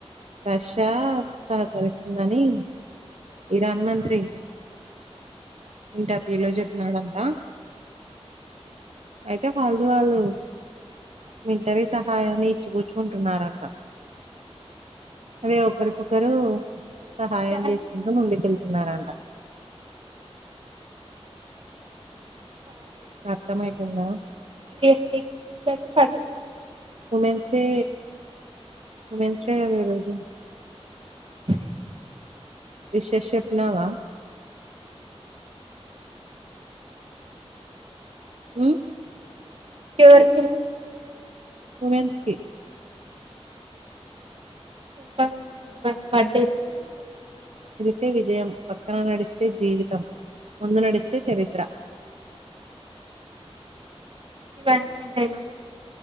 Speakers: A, on the right (about 85°); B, on the right (about 55°).
A: రష్యా సహకరిస్తుందని ఇరాన్ మంత్రి ఇంటర్వ్యూ లో చెప్నాడంట అయితే ఫాల్దు వాళ్ళు మిలిటరీ సహాయాన్ని ఇచ్చి పూచ్చుకుంటున్నారంట అదే ఒకరికొకరు సహాయం
B: ఇరాన్
A: చేసు <unintelligible> ముందుకెళ్తున్నారు అం <unintelligible> అ
B: పడదు,
A: అర్థమైతుందా
B: యుఎస్ఏకి రష్యాకి పడదు
A: ఉమెన్స్ డే ఉమెన్స్ డే కాదు <unintelligible> <unintelligible>
B: అ
A: విషేస్ చెప్నావా మ్మ్
B: ఎవరికి
A: ఉమెన్స్ కి
B: ప్ప <unintelligible> బడ్డే నేన్ చెప్తా
A: తి విజయం పక్కన నడిస్తే జీవితం ముందు నడిస్తే చరిత్ర
B: ఇవన్నీ ఇదెలా